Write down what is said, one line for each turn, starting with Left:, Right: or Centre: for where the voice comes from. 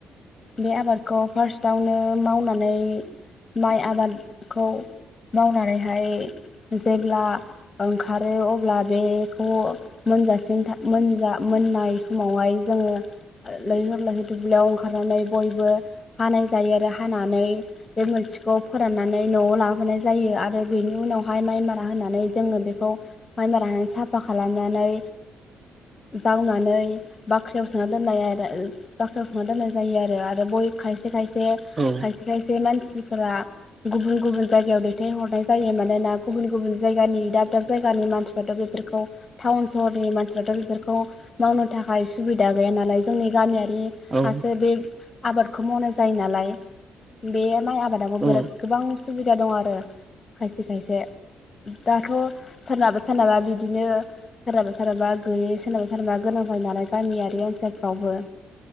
Left: बे आबादखौ फार्स्टआवनो मावनानै माइ आबादखौ मावनानैहाय जेब्ला ओंखारो अब्ला बेखौ मोनजासिन मोनजा मोननाय समावहाय जोङो लैहोर दुब्लियाव ओंखारनानै बयबो हानाय जायो आरो हानानै बे मोनसेखौ फोरान नानै नआव लाबोनाय जायो आरो बेनि उनावहाय माय मारा होनानै जोंङो बे खौ माइ मारा होनानै साफा खालामनानै जावनानै बाख्रियाव सोना दोननाय आरो बाख्रियाव सोनना दोननाय जायो आरो ब खायसे खायसे
Right: औ
Left: खायसे खायसे मानसि फोरा गुबुन गुबुन जायगायाव दैथायहरनाय जायो मानोना गुबुन गुबुन जायगानि दा दाब जायगानि मानसिफ्राथ' बेफोरखौ टाउन सहरनि मानसिफ्राथ' बेफोरखौ मावनो थाखाय सुबिदा जायानालाय जोंनि गामिया बि
Right: औ
Left: हारसिं बे आबादखौ मावनाय जायो नालाय बे माइ आबाद आबो
Right: औ
Left: गोबां सुबिदा दं आरो खायसे खायसे दाथ' सोरनाबा सोरनाबा बिदिनो सोरहाबा सोरहाबा गैयि सोरनाबा सोरनाबा गोनां जायो नालाय गामियारि ओनसोल